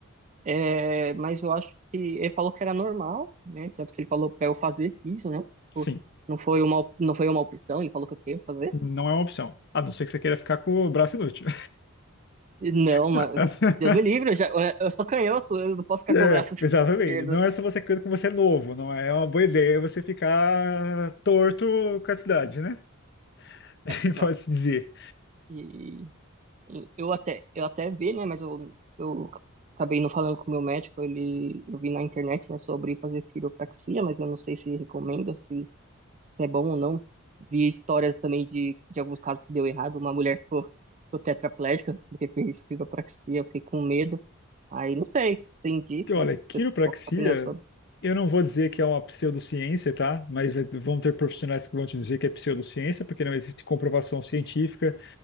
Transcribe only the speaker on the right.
é, mas eu acho que ele falou que era normal, né? Tanto que ele falou para eu fazer isso, né? Tipo,
Não foi uma, op- não foi uma opção, ele falou que eu tenho que fazer.
E Não, mas
Deus me livre, eu, já, eu eu sou canhoto, eu não posso ficar
com o braço <laughs>
esquerdo.
É, exato.
E Eu até, eu até vi, né? Mas eu, eu acabei não falando com o meu médico. Ele, eu vi na internet, né, sobre fazer quiropraxia, mas eu não sei se recomenda, se é bom ou não. Vi histórias também de, de alguns casos que deu errado. Uma mulher ficou, ficou tetraplégica porque fez quiropraxia, eu fiquei com medo. Aí não sei, tem dica?
Você- Qual que é a sua opinião sobre?